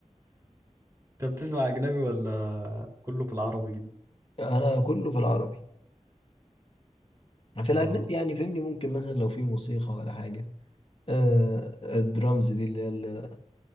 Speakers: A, on the right (about 25°); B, on the left (about 45°).
A: انت بتسمع اجنبي ولا كله بالعربي جدا
B: انا كله في العربي في
A: اه
B: الاجنبي يعني فهمني ممكن مثلا لو في موسيقى ولا حاجه آه الدرامز دي اللي هي